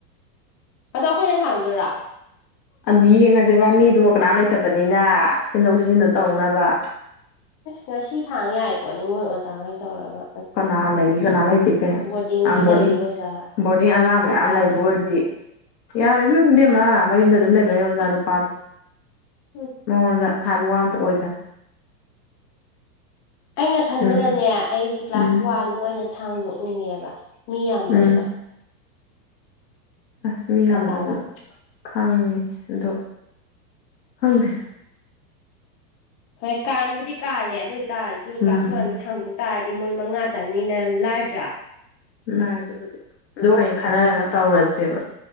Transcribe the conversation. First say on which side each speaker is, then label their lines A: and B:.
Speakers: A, on the left; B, on the left.
A: ꯑꯗꯣ ꯑꯩꯈꯣꯏꯅ ꯊꯥꯡ ꯗꯣꯏꯔꯣ
B: ꯑꯗꯨ ꯌꯦꯡꯉꯁꯦꯕ ꯃꯤꯗꯣ ꯀꯅꯥꯝ ꯂꯩꯇꯕꯅꯤꯅ ꯁꯦꯝꯗꯣꯛ ꯁꯤꯖꯤꯟꯗ ꯇꯧꯅꯕ
A: ꯉꯁꯤ ꯊꯥꯡ ꯌꯥꯏ ꯄꯣꯠꯅꯦ ꯃꯣꯏ ꯑꯣꯖꯥꯉꯩ ꯇꯧꯔꯕ
B: ꯀꯅꯥ ꯂꯩꯒ ꯀꯅꯥꯝ ꯂꯩꯇꯦ ꯀꯩꯅꯣ
A: ꯕꯣꯔꯗꯤꯡꯒꯤ
B: ꯕꯣꯔꯗꯤꯡ
A: ꯂꯩꯔꯤ ꯑꯣꯖꯥ
B: ꯕꯣꯔꯗꯤꯡ ꯑꯉꯥꯡ
A: ꯅꯨꯄꯥꯗꯣ
B: ꯃꯌꯥꯝ ꯂꯩꯕ ꯑꯣꯏꯔꯗꯤ ꯌꯥꯔꯣꯏꯕꯕꯦꯝꯃ ꯃꯌꯨꯝꯗ ꯑꯗꯨꯝ ꯂꯩꯕꯅꯦ ꯑꯣꯖꯥ ꯅꯨꯄꯥꯗ
A: ꯎꯝ
B: ꯃꯉꯣꯟꯗ ꯍꯥꯏꯕ ꯋꯥ ꯑꯝꯇ ꯑꯣꯏꯗꯕ
A: ꯑꯩꯅ ꯈꯟꯕꯗꯅꯦ
B: ꯎꯝ
A: ꯑꯩꯗꯤ ꯀ꯭ꯂꯥꯁ
B: ꯎꯝ
A: ꯋꯥꯟꯗ ꯑꯣꯏꯅ ꯊꯥꯡꯗꯣꯛꯅꯤꯡꯉꯦꯕ ꯃꯤ ꯌꯥꯝꯗꯕꯗꯣ
B: ꯎꯝ ꯑꯁ ꯃꯤ
A: ꯒ꯭ꯌꯥꯟ
B: ꯌꯥꯝꯗꯕꯁꯨ
A: ꯇꯥꯕ꯭ꯔꯥ
B: ꯈꯪꯉꯤ ꯑꯗꯣ ꯈꯪꯗꯦ
A: ꯍꯣꯏ ꯀꯥꯟꯕꯨꯗꯤ ꯀꯥꯜꯂꯦ ꯑꯗꯨ ꯑꯣꯏ ꯇꯥꯔꯁꯨ
B: ꯎꯝ
A: ꯀ꯭ꯂꯥꯁ ꯋꯥꯟꯗꯣ ꯊꯥꯡꯗꯣꯛ ꯇꯥꯔꯗꯤ ꯃꯣꯏ ꯃꯉꯥꯇꯪꯅꯤꯅ ꯂꯥꯏꯗ꯭ꯔꯥ
B: ꯥꯏ ꯑꯗꯨꯕꯨꯗꯤ ꯑꯗꯨ ꯍꯌꯦꯡ ꯈꯟꯅꯔꯒ ꯇꯧꯔꯁꯦꯕ